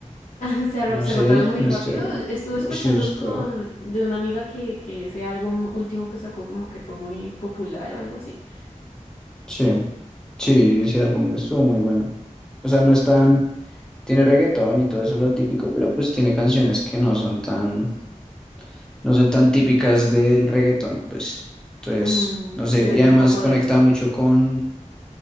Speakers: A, on the left (about 75°); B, in the centre.
A: <laughs> Se, aro-
B: No
A: se
B: sé,
A: agotaron muy
B: me
A: rápido.
B: estoy...
A: Estuve
B: Uy,
A: escuchando
B: sí, esto...
A: con de una amiga que, que ese álbum último que sacó como que fue muy popular o algo así.
B: Sí. Sí, ese álbum estuvo muy bueno. O sea, no es tan, tiene reggaetón y todo eso lo típico, pero pues tiene canciones que no son tan, no son tan típicas del reggaetón, pues. Entonces,
A: Mm,
B: no sé,
A: se salió
B: y además
A: un poco
B: conecta
A: de eso.
B: mucho con,